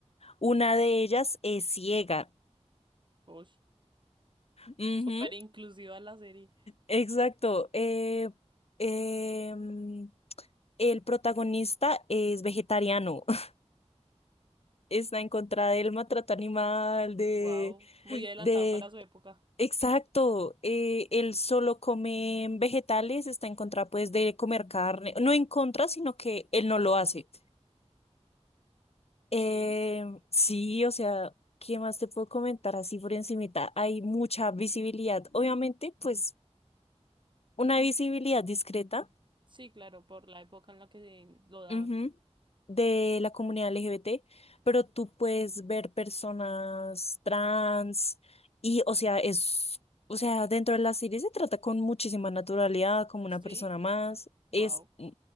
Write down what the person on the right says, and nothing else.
Uy,
súper inclusiva la serie.
Wow, muy adelantado
para su época.
Sí,
sí, claro, por la época en la que se lo daban.
Sí,
wow.